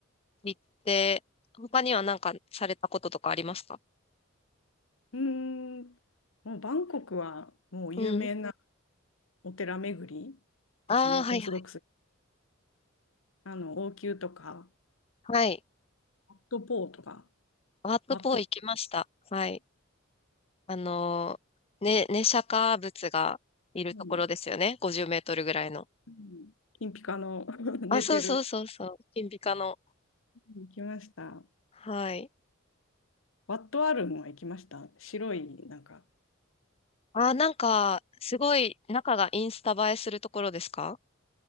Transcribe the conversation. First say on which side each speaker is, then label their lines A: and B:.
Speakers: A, on the left (about 30°); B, on the left (about 80°).
A: 行って、他には何かされたこととかありますか
B: うーん、もうバンコクはもう有名な
A: うん。
B: お寺巡りですね、
A: ああ、はいはい
B: オーソドックス。あの、応急とか、
A: はい。
B: ワットポーとか、
A: ワットポー行きました。
B: ワット、
A: はい。あのー、ね、ネシャカ仏がいるところですよね。
B: うん
A: 50メートルぐらいの。
B: うん金ピカの <laughs> 寝てる、
A: あ、そうそうそうそう。金ピカの。
B: 行きました。
A: はい。
B: ワットアルムは行きました。白い、なんか、
A: あー、なんか、すごい中がインスタ映えするところですか